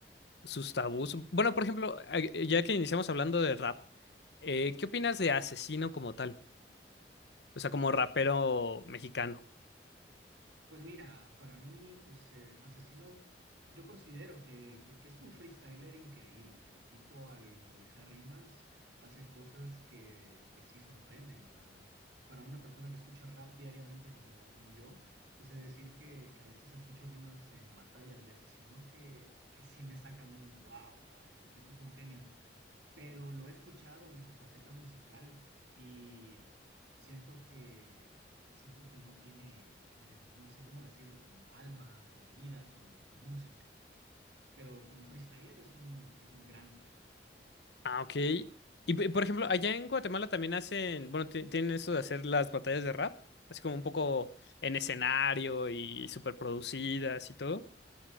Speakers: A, on the left; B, on the right.
A: sus tabús. Bueno, por ejemplo, eh, ya que iniciamos hablando de rap. Eh, ¿qué opinas de Asesino como tal? O sea, como rapero mexicano.
B: Pues mira, para mí, pues eh, Asesino, yo considero que, que- que es un freestyler increíble. El tipo al improvisar rimas hace cosas que, que sí sorprenden, la verdad. Para una persona que escucha rap diariamente como, como yo, te sé decir que, que a veces escucho rimas en batallas de Asesino que, que sí me sacan un wow, va, este tipo es un genio pero lo he escuchado en su faceta musical y siento que siento que no tiene, eh, no sé cómo decirlo, como alma, como vida su, su música, pero como freestyler es un, es un grande.
A: Ah, ok. Y p- por ejemplo, allá en Guatemala también hacen, bueno, ti- tienen eso de hacer las batallas de rap, así como un poco en escenario y súper producidas y todo.